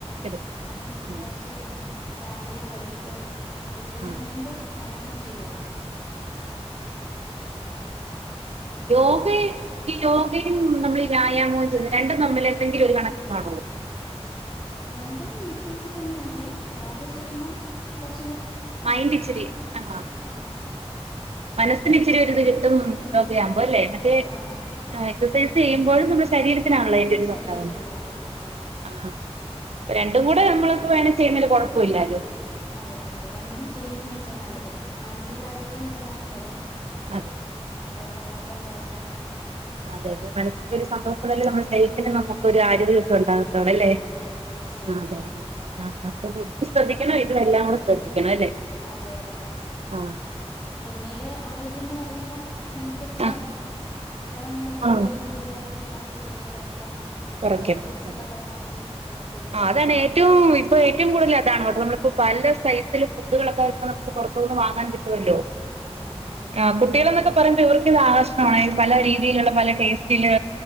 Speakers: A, on the right; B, on the left.
A: എടുക്കണം
B: അതും
A: ഉം
B: കുറച്ച് ഉം രാവിലെയോ വൈകിട്ടോ ഫുഡിന്
A: ആഹ്
B: മുൻപേ വേയമം ചെയ്യ
A: യോഗ ഈ യോഗയും
B: ആഹ്
A: നമ്മൾ വ്യായാമോ ചെയ്യുന്നത് രണ്ടും തമ്മിൽ എന്തെങ്കിലും ഒരു കണക്ക കാണോ
B: ഉ രണ്ടും ഡിഫറൻസ് തന്നെ ഉണ്ട് യോഗ ചെയ്യുമ്പം കുറച്ച്
A: മൈന്ഡറ് ഇച്ചിരി ആ
B: ആഹ്
A: മനസ്സിന് ഇച്ചിരി
B: പിന്നെ
A: ഒരു ത് കിട്ടും കയ അല്ലേ മറ്റേ
B: ആഹ്
A: എക്സസൈസ്
B: ആഹ്
A: ചെയ്യുമ്പോഴും നമ്മുടെ ശരീരത്തിനാണല്ലോ
B: ആഹ്
A: അതിന്റെ ഒരുത്
B: ശരീരത്തിനുള്ള
A: ഉണ്ടാാവുന്നത്
B: അതെ അതെ
A: ആഹ അ രണ്ടും കൂടെ
B: അതെ
A: നമ്മൾ വേണ ചെയ്യുന്നകൊഴപ്പോ പോല്ലാലോ
B: അതെ അതെ രണ്ടും ചെയ്യുന്നത് ഏറ്റവും നല്ലത് മാനസികാരോഗ്യം
A: അതെ
B: സ്ഥാനം തന്നെ
A: അതെ
B: നമ്മുടെ സമ്മർദ്ദം കുറയ്ക്കാനൊക്കെ ഉം
A: അതെ അതെ മനസ്സി ഒരു സന്തോഷം നമ്മുടെ ശരീരത്തിന് നു നമ്മക്ക് ഒരു ആരോഗ്യ ഒക്കെ ഉണ്ടാാവും ടല്ലേ
B: അതെ തീർച്ചയായിട്ടും
A: അതെതെ
B: ഉം അതെ
A: ആ അപ്പ ഫുഡും ശ്രദ്ധിക്കണം ഇതും എല്ലാം കൂടെ ശ്രദ്ധിക്കണം അല്ലേ
B: അതെ അതെ ആ
A: ആ
B: പിന്നീട് ആരോഗ്യംന്ന് പറയുമ്പം നമുക്ക് ഫോൺ
A: ആ
B: ഫോണിന്റെ
A: ആ
B: ഉപയോഗം കൂടുതലായിട്ടുള്ള ഫോണിന്റെ ഉപയോഗം കുറയ്ക്കാം
A: കുറക്കണം
B: ജങ്ക് ഫുഡ്സ് ഒക്കെ പരമാവധി ജങ്ക് ഫുഡ്
A: ആ
B: പുറത്തുന്നുള്ള
A: അതാണ് ഏറ്റവും
B: ഫുഡൊക്കെ
A: ഇപ്പൊ ഏറ്റവും കൂടുതൽ അതാണ് നമ്മളിപ്പോ പല സൈസില് ഫുഡുകളൊക്കെ പ്പം നമുക്ക് പുറത്തുനിന്ന് വാങ്ങാൻ കിട്ടു മല്ലോ
B: ഉം അതെ
A: ആഹ കുട്ടികൾ എന്നൊക്കെ പറയുമ്പോ ഇവർക്ക് ആകർഷണമാണ് പല രീതിയിലുള്ള പല ടേസ്റ്റില്